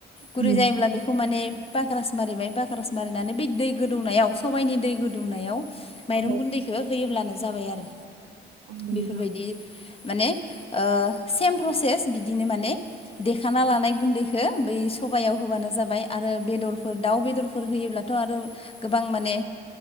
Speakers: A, on the left (about 30°); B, on the right (about 65°).
A: गुरै
B: उम
A: जायोब्ला बेखौ माने पाकक्रास मारिबाय पाकक्रास मारिनानै बै दै गोदौनायाव सबाइनि दै गोदौनायाव माइरं
B: औ
A: गुन्दैखो होयोब्लानो जाबाय आरो
B: औ नोंथां
A: बेफोरबायदि माने ओ सेम प्रसेस बिदिनो माने दे खाना लानाय गुन्दैखो बै सबायाव होबानो जाबाय आरो बेदरफोर दाउ बेदरफोर होयोब्लाथ' आरो गोबां माने